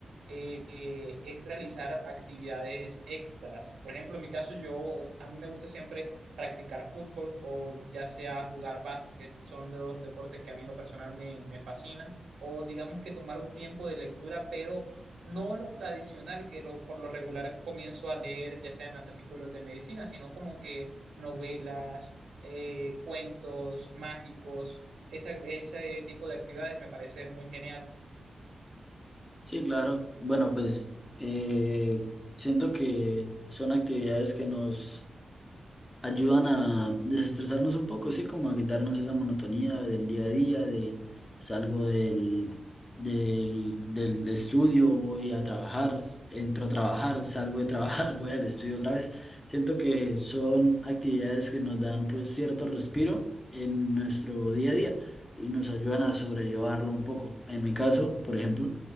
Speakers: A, on the right; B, on the left.
A: eh, es realizar actividades extras. Por ejemplo, en mi caso, yo a mí me gusta siempre practicar fútbol o ya sea jugar básquet, son dos deportes que a mí en lo personal me, me fascinan, o digamos que tomar un tiempo de lectura, pero no lo tradicional que lo, por lo regular comienzo a leer, ya sean artículos de medicina, sino como que novelas, eh, cuentos mágicos, esa- ese tipo de actividades me parece muy genial.
B: Sí, claro, bueno pues eh, siento que son actividades que nos ayudan a desestresarnos un poco, sí, como a quitarnos esa monotonía del día a día, de salgo del, del, del estudio, voy a trabajar, entro a trabajar, <laughs> salgo de trabajar, <laughs> voy al estudio otra vez. Siento que son actividades que nos dan pues cierto respiro en nuestro día a día y nos ayudan a sobrellevarlo un poco. En mi caso, por ejemplo,